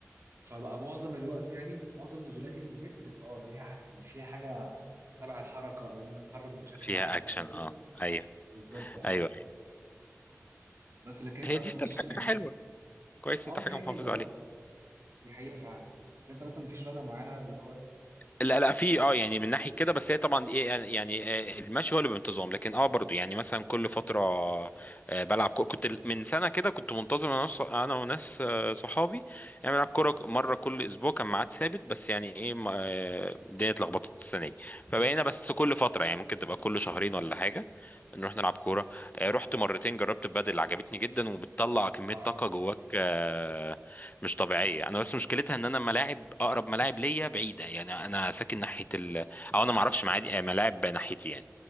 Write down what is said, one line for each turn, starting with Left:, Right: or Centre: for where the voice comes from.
Right: فبقى معظم الوقت يعني معظم نزولاتي من البيت بتبقى اه ليها ح- يعني فيها حاجة تبع الحركة أو إن أنا أتحرك بشكل
Left: فيها
Right: عام فاهم
Left: اكشن
Right: قصدي؟
Left: اه ايوه
Right: بالظبط اه
Left: ايوه أيوه.
Right: بس لكن أنت
Left: هي
Right: أصلا
Left: دي ستيل
Right: مفيش
Left: حاجة
Right: يعني
Left: حلوة كويس
Right: اه
Left: انت حاجة
Right: كده
Left: محافظ
Right: كده اه
Left: عليها
Right: دي حقيقة فعلا بس أنت مثلا مفيش رياضة معينة اللي هو إيه
Left: لا لا في اه يعني من ناحيه كده بس هي طبعا ايه يعني يعني، آه، المشي هو اللي بانتظام لكن اه برضو يعني مثلا كل فتره آه، بلعب كو- كنت من سنه كده كنت منتظم انا وص- انا وناس آه، صحابي يعني بنلعب كوره مره كل اسبوع كان ميعاد ثابت بس يعني ايه ما- آه، الدنيا اتلخبطت السنه دي فبقينا بس كل فتره يعني ممكن تبقى كل شهرين ولا حاجه نروح نلعب كوره آه، رحت مرتين جربت البادل عجبتني جدا وبتطلع كميه
Right: اه
Left: طاقه جواك آه، مش طبيعيه انا بس مشكلتها ان انا ملاعب اقرب ملاعب ليا بعيده يعني انا ساكن ناحيه ال... او انا ما اعرفش معادي- ملاعب ناحيتي يعني